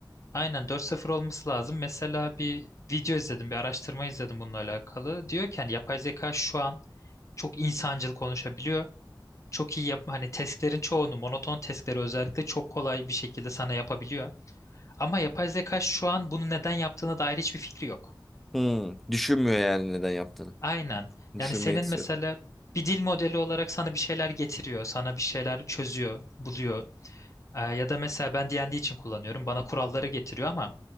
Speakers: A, on the left; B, in the centre.
A: Aynen 4.0 olması lazım. Mesela bir video izledim, bir araştırma izledim bununla alakalı. Diyor ki hani yapay zeka şu an çok insancıl konuşabiliyor. Çok iyi yap hani testlerin çoğunu, monoton testleri özellikle çok kolay bir şekilde sana yapabiliyor. Ama yapay zeka şu an bunu neden yaptığına dair hiçbir fikri yok.
B: Hmm, düşünmüyor yani neden yaptığını.
A: Aynen. Yani
B: Düşünme
A: senin
B: yetisi
A: mesela
B: yok.
A: bir dil modeli olarak sana bir şeyler getiriyor, sana bir şeyler çözüyor, buluyor. Ee, ya da mesela ben D&D için kullanıyorum. Bana kuralları getiriyor ama